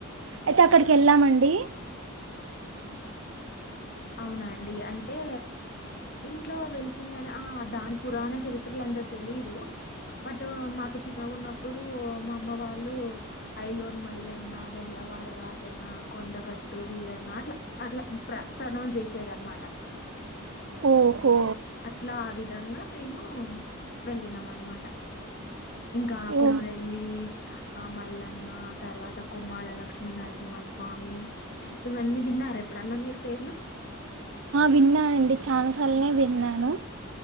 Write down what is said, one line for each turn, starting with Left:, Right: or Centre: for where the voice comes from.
Right: అయితే అక్కడికి వెళ్ళామండి
Left: అవునండి అంటే ఇంట్లో వెలిసిందని ఆ దాని పురాణ చరిత్రలు అంతా తెలీదు బట్ మాకు చిన్నగా ఉన్నప్పుడు మా అమ్మ వాళ్ళు ఐలోన్ మల్లన్న బమ్లవాడ రాజన్న కొండగట్టు వీరన్న అట్లా అట్లా ప్ర ప్రనౌన్స్ చేసేద అనమాట
Right: ఓహో
Left: అట్లా ఆ విధంగా మేము వెళ్ళినం అనమాట ఇంకా
Right: ఓ
Left: కొమరెల్లి ఆ మల్లన్న తర్వాత కొమ్మళ లక్ష్మీ నరసింహస్వామి ఇవన్నీ విన్నారు ఎప్పుడన్నా మీరు పేర్లా
Right: విన్నానండి చాలాసార్లునే విన్నాను